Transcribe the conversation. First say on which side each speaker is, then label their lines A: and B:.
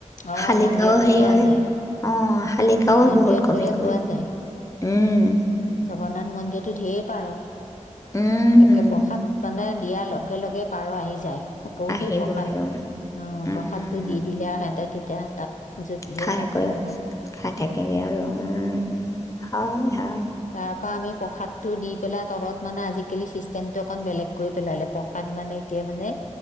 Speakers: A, on the left; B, on the left.
A: অ
B: শালিকাও
A: মন্দিৰতহে
B: সেই
A: পোৱা যায়
B: অহ শালিকাও
A: মন্দিৰত
B: বহুত কমি
A: গ'লে
B: গল।
A: পোৱা যায়
B: উম
A: জগন্নাথ মন্দিৰতটো ধেৰ পাৰ।
B: উম
A: একে প্ৰসাদ মানে দিয়াৰ লগে লগে পাৰ আহি যায়। আকৌ
B: আহিবই
A: সেই প্ৰসাদ, অহ,
B: উম
A: প্ৰসাদতটো দি দিলে অহে সিহঁতে এতিয়া তাত য'ত দিয়ে
B: খাই
A: তাত
B: গৈ,
A: থাকে
B: খাই থাকিবি আৰু উম, হয়, হয়।
A: তাৰ পৰা আমি প্ৰসাদটো দি পেলাই তলত মানে আজি কেলি চিষ্টেমটো অকণ বেলেগক কৰি পেলালে, প্ৰসাদ মানে এতিয়া মানে